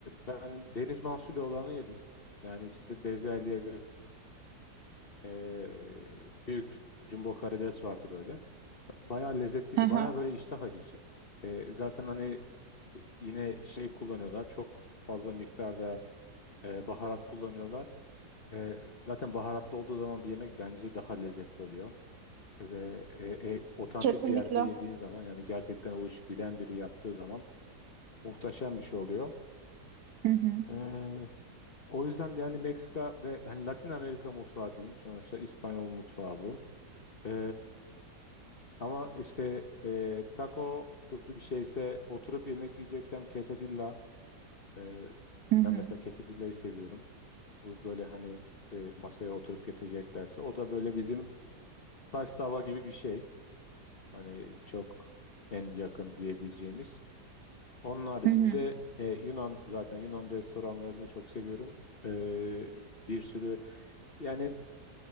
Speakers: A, on the left; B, on the right.
A: ben deniz mahsulü olanı yedim. Yani içinde bezelye ve e, e, büyük jumbo karides vardı böyle. Bayağı lezzetliydi.
B: Hı hı.
A: Bayağı böyle iştah açıcı. E, zaten hani e, yine şey kullanıyorlar. Çok fazla miktarda e, baharat kullanıyorlar. E, zaten baharatlı olduğu zaman bir yemek bence daha lezzetli oluyor. Ve e, e, otantik
B: Kesinlikle.
A: bir yerde yediğin zaman yani gerçekten o iş bilen biri yaptığı zaman muhteşem bir şey oluyor.
B: Hı hı.
A: E, o yüzden de yani Meksika ve hani Latin Amerika mutfağı diyeyim. Sonuçta İspanyol mutfağı bu. E, ama işte e, taco hızlı bir şeyse oturup yemek yiyeceksem quesadilla. E,
B: Hı hı.
A: ben mesela quesadillayı seviyorum. Bu böyle hani e, masaya oturup getireceklerse. O da böyle bizim saç tava gibi bir şey. Hani çok en yakın diyebileceğimiz. Onun haricinde
B: Hı hı.
A: e, Yunan zaten Yunan restoranlarını çok seviyorum. E, bir sürü yani